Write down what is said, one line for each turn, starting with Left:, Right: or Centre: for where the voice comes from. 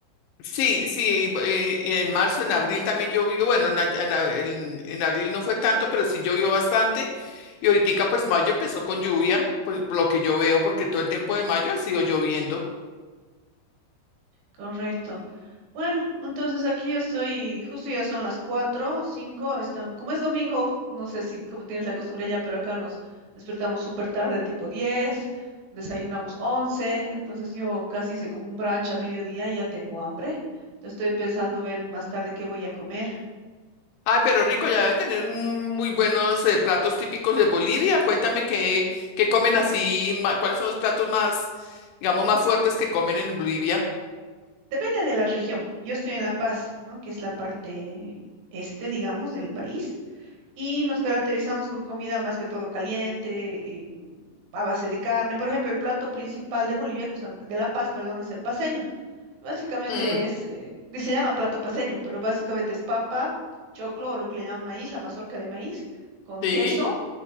Left: Sí, sí, eh, y en marzo, en abril también llovió, bueno, en, a- en a- en- en abril no fue tanto, pero sí llovió bastante. Y ahorita pues mayo empezó con lluvia, pues por lo que yo veo, porque todo el tiempo de mayo ha sido lloviendo.
Right: Correcto. Bueno, entonces aquí estoy, justo ya son las cuatro, cinco, están, como es domingo, no sé si como tienes la costumbre allá, pero acá nos despertamos súper tarde, tipo 10. desayunamos 11. entonces yo casi hice como un brunch a mediodía y ya tengo hambre. Entonces estoy pensando ver más tarde qué voy a comer.
Left: Ay, pero rico, ya deben tener mm, muy buenos eh, platos típicos de Bolivia. Cuéntame qué, qué comen así, ma- cuáles son los platos más, digamos, más fuertes que comen en Bolivia.
Right: Depende de la región. Yo estoy en La Paz, ¿no? Que es la parte este, digamos, del país. Y nos caracterizamos por comida más que todo caliente, y, mm, a base de carne. Por ejemplo, el plato principal de Bolivia, justam- de La Paz, perdón, es el paceño. Básicamente
Left: Mm,
Right: es, eh, que se llama plato paceño, pero básicamente es papa, choclo o lo que le llaman maíz, la mazorca de maíz, con
Left: sí,
Right: queso